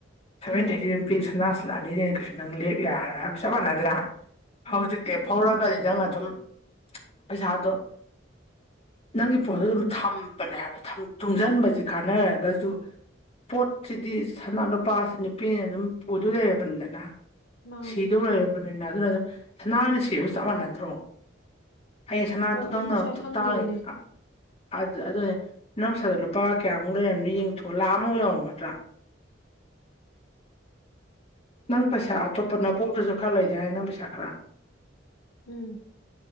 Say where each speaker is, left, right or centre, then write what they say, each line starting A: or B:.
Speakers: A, on the left (about 30°); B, on the left (about 70°).
A: ꯁꯚꯦꯟꯇꯤ
B: ꯎꯝ
A: ꯑꯩꯇꯤ ꯑꯗꯨ ꯄꯤ ꯁꯅꯥꯁꯤ ꯂꯥꯛ ꯑꯅꯤ ꯂꯩꯅ ꯀꯩꯁꯨ ꯅꯪ ꯂꯦꯞ ꯌꯥ꯭ꯔ ꯆꯞ ꯃꯥꯟꯅꯗ꯭ꯔꯥ
B: ꯎꯝ
A: ꯍꯧꯖꯤꯛ ꯂꯦꯞꯍꯧꯔꯕꯗꯤ ꯅꯪ ꯑꯗꯨꯝ ꯄꯩꯁꯥꯗꯣ ꯅꯪꯒꯤ ꯄꯣꯠꯇꯠꯇꯣ ꯑꯗꯨꯝ ꯊꯝꯕꯅꯦ ꯍꯥꯏꯕ ꯇꯨꯡꯁꯤꯟꯕꯁꯦ ꯀꯥꯟꯅꯔꯒꯁꯨ ꯄꯣꯠꯁꯤꯗꯤ ꯁꯅꯥ ꯅꯨꯨꯄꯥꯁꯤ ꯅꯨꯄꯤꯅ ꯑꯗꯨꯝ ꯄꯨꯗꯣꯏ ꯂꯩꯔꯕꯅꯤꯗꯅ
B: ꯃꯥꯅꯤ
A: ꯁꯤꯤꯗꯣ ꯍꯥꯏꯕꯅꯦ ꯑꯗꯨꯅ ꯑꯗꯨꯝ ꯁꯅꯥꯅ ꯁꯤꯕꯁꯨ ꯆꯞ ꯃꯥꯟꯅꯗ꯭ꯔꯣ ꯑꯩꯩꯁꯅ ꯑꯗꯨ
B: ꯍꯣꯏ ꯑꯩꯁꯨ
A: ꯇꯪꯅ
B: ꯉꯁꯥꯏ ꯍꯪꯈꯤꯕꯅꯦ
A: ꯇꯑ ꯀ ꯑꯗꯨ ꯑꯗꯨꯅꯦ ꯅꯪ ꯏꯁꯥꯗ ꯂꯨꯄꯥ ꯀꯌꯥꯃꯨꯛ ꯂꯩꯔꯝꯅꯣ ꯌꯦꯡꯊꯣꯛ ꯂꯥꯛꯑꯝꯃꯨꯛ ꯌꯥꯎꯔꯝꯒꯗ꯭ꯔꯥ ꯅꯪ ꯄꯩꯁꯥ ꯑꯇꯣꯞꯄ ꯅꯕꯣꯛꯇꯁꯨ ꯈꯔ ꯂꯩꯗꯤꯦ ꯍꯥꯏ ꯅꯪ ꯄꯩꯁꯥ ꯈꯔ
B: ꯎꯝ